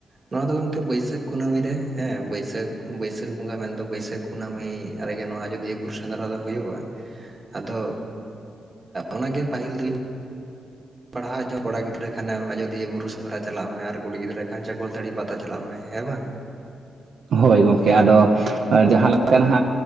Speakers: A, on the right; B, on the right.
A: ᱱᱚᱣᱟ ᱫᱚ ᱜᱚᱢᱠᱮ ᱵᱟᱹᱭᱥᱟᱹᱠᱷ ᱠᱩᱱᱟᱹᱢᱤ ᱨᱮ ᱦᱮᱸ ᱵᱟᱹᱭᱥᱟᱹᱠᱷ ᱵᱟᱹᱭᱥᱟᱹᱠᱷ ᱵᱚᱸᱜᱟ ᱢᱮᱱᱫᱚ ᱵᱟᱹᱭᱥᱟᱹᱠᱷ ᱠᱩᱱᱟᱹᱢᱤ ᱨᱮᱜᱮ ᱱᱚᱣᱟ ᱟᱡᱳᱚᱫᱤᱭᱟᱹ ᱵᱩᱨᱩ ᱥᱮᱸᱫᱽᱨᱟ ᱫᱚ ᱦᱩᱭᱩᱜᱼᱟ ᱟᱫᱚ ᱚᱱᱟᱜᱮ ᱯᱟᱹᱦᱤᱞ ᱫᱤᱱ ᱯᱟᱲᱦᱟᱣ ᱦᱚᱤᱡᱚᱜᱼᱟ ᱠᱚᱲᱟ ᱜᱤᱫᱽᱨᱟᱹ ᱠᱷᱟᱱᱮᱢ ᱟᱡᱚᱫᱤᱭᱟᱹ ᱵᱩᱨᱩ ᱥᱮᱸᱫᱽᱨᱟ ᱪᱟᱞᱟᱜ ᱢᱮ ᱟᱨ ᱠᱩᱲᱤ ᱜᱤᱫᱽᱨᱟᱹ ᱠᱷᱟᱱ ᱪᱟᱠᱚᱞᱫ ᱫᱟᱲᱤ ᱯᱟᱛᱟ ᱪᱟᱞᱟᱜ ᱢᱮ ᱦᱮᱸ ᱵᱟᱝ
B: ᱦᱳᱭ ᱜᱚᱢᱠᱮ ᱟᱫᱚ ᱡᱟᱦᱟᱸ ᱞᱮᱠᱟ ᱱᱟᱜ